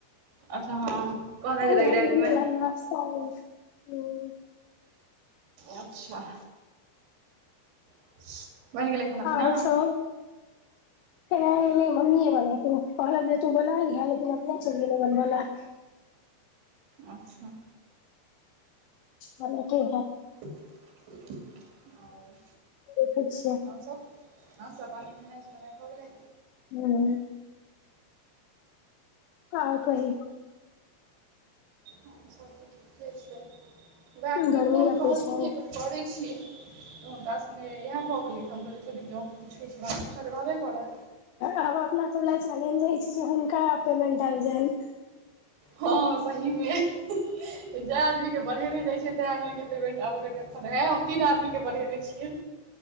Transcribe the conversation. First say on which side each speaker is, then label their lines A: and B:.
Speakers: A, on the right; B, on the left.
A: अच्छा ह कहने
B: तऽ
A: जे रही
B: वैह
A: रैत मे।
B: <unintelligible>
A: अच्छा। <unintelligible>
B: और
A: पीना
B: सब? खेनाय नै मम्मीये बनेतै कहलक जे तू बना लीहें लेकिन अपने चैल गेलै बनबऽ ले।
A: अच्छा।
B: बनेते है।
A: और
B: देखै छियै
A: और सब। और सब बनेनाय सुनेनाय भ गेलै।
B: हूँ। आर कही।
A: और सब तऽ ठीके छैय वएह एखने
B: गर्मी
A: फोन
B: कते
A: कहलखिन
B: छै हूँ
A: जे बेेर करै छी। तऽ हुनका संगे इएह भऽ गेलै त हम कहलियै छोड़ दियौ जो पूछै छी पूछल रहबे करै।
B: आब अपना सब लै चैलेंज रहै छैय जे हुनका पेमेंट आइब जाइन।
A: हँ सही मे। जै आदमी के बढ़ेने रहै छीए तै आदमी के पेमेंट आबे के टेंशन हम तीन आदमी के बढ़ेने छियै।